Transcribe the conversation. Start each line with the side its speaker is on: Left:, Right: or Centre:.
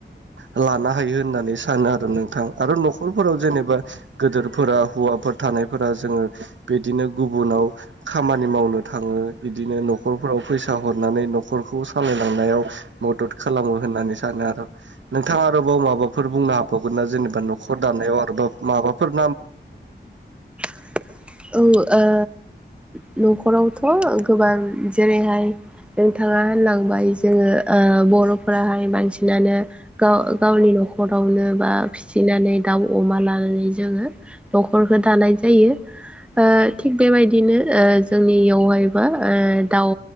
Right: ओलानो हायो होननानै सानो आरो नोंथां। आरो न'खरफोराव जेनेबा गोदोर फोरा हौवाफोर थानायफोरा जोङो बिदिनो न'खरफ्राव फैसा हरनानै नखरखौ सालाय नायाव मदद खालामो होननानै सानो आरो नोंथाङा आरोबाव माबाफोर बुंनो हाबावगोन ना जे जेनेबा न'खर दानायाव आरोबाव माबाफोर
Centre: औ। ओ न'खरावथ' गोबां जेरैहाय नोंथाङा होनलांबाय जोङो ओ बरफोराहाय बांसिनानो गाव गावनि नखर गावनो बा फिसिनानै दाउ, अमा लानानै जोङो न'खरखौ दानाय जायो। ओ थिग बेबायदिनो ओ जो जोंनियावहाय बा ओ दाउ